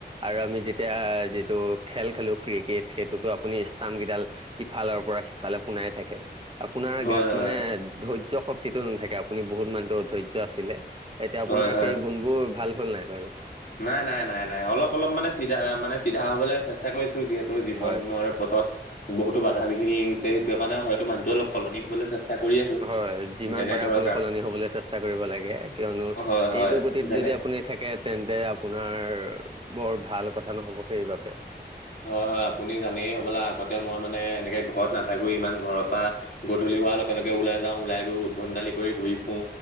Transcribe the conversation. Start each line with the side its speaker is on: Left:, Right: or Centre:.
Right: আৰু আমি যেতিয়া যিটো খেল খেলোঁ ক্ৰিকেট সেইটোতো আপুনি ষ্টাম্পকেইডাল ইফালৰ পৰা সিফালে পুনাই থাকে আপোনাৰ
Left: হয়
Right: গাত
Left: হয়
Right: মানে
Left: হয়
Right: ধৈৰ্য্য শক্তিটো নাথাকে আপুনি বহুত মানুহৰ ধৈৰ্য আছিলে এতিয়া
Left: হয়
Right: আপোনাৰ
Left: হয়
Right: সেই গুণবোৰ ভাল হ'ল নাই বাৰু।
Left: নাই নাই নাই নাই অলপ অলপ মানে চিধা মানে চিধা হ'বলৈ চেষ্টা কৰিছো যিহেতু জীৱনৰ
Right: হয়
Left: পথত বহুতো বাধা বিহিনি আহিছে সেইটোকাৰণে হয়টো মানুহটো অলপ সলনি হবলৈ চেষ্টা কৰি আছোঁ।
Right: হয় যিমান
Left: যেনে
Right: পাৰে
Left: ধৰক
Right: আপুনি
Left: আ
Right: সলনি হ'বলৈ চেষ্টা কৰিব লাগে কিয়নো,
Left: হয় হয়
Right: এইটো গতিত
Left: যেনে
Right: যদি আপুনি থাকে তেন্তে আপোনাৰ বৰ ভাল কথা নহ'ব সেইবাবে।
Left: হয়, হয়। আপুনি জানেই হ'বলৈা আগতে মই মানে এনেকে ঘৰত নাথাকোঁ। ইমান ঘৰৰ পৰা গধূলি হোৱাৰ লগে ওলাই যাওঁ, ওলাই গৈ উদ্ভণ্ডালি কৰি ঘূৰি ফুৰোঁ